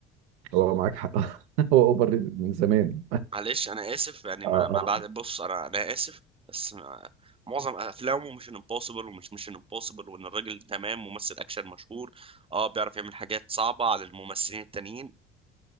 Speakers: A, on the right; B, on the right.
A: هو معاك حق <laughs> هو اوفر ريتد من زمان
B: معلش انا اسف يعني
A: اه
B: ما ما
A: اه
B: بعد بص انا انا اسف بس ما- معظم افلامه مش امبوسيبل ومش مش امبوسيبل وان الراجل تمام ممثل اكشن مشهور اه بيعرف يعمل حاجات صعبه على الممثلين التانيين